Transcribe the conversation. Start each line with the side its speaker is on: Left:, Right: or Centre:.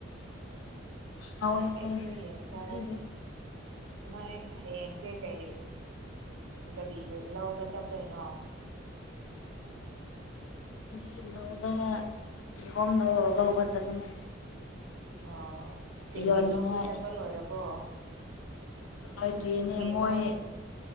Left: ꯍꯥꯎꯋꯦ
Right: ꯑꯩꯁꯨ ꯌꯦꯟ ꯆꯥꯏ
Left: ꯉꯁꯤꯗꯤ
Right: ꯅꯣꯏ ꯍꯌꯦꯡꯁꯦ ꯀꯩ ꯀꯔꯤ ꯂꯧꯗ ꯆꯠꯇꯣꯏꯅꯣ
Left: <inaudible> ꯗꯤ ꯂꯧꯗ ꯀꯣꯝꯗꯣ ꯂꯧꯕ ꯆꯠꯀꯅꯤ
Right: ꯑꯣ ꯁꯤꯡꯒꯤ
Left: ꯌꯣꯟꯅꯤꯡꯉꯥꯏ
Right: ꯂꯧꯗꯤ ꯆꯠꯄ ꯂꯣꯏꯔꯕꯣ
Left: ꯑꯣꯏꯗ꯭ꯦꯅꯦ
Right: ꯁꯤꯡꯒꯤ
Left: ꯃꯣꯏ
Right: ꯂꯧꯗꯤ